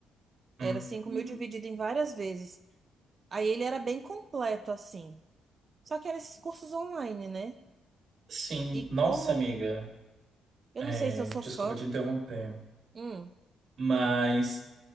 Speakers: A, on the right; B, on the right.
A: Era
B: Hum,
A: cinco
B: hum.
A: mil dividido em várias vezes. Aí ele era bem completo, assim. Só que eram esses cursos online, né?
B: Sim,
A: E
B: nossa
A: como,
B: amiga,
A: eu
B: é,
A: não sei se eu sou
B: desculpa
A: fã,
B: te interromper,
A: hum,
B: mas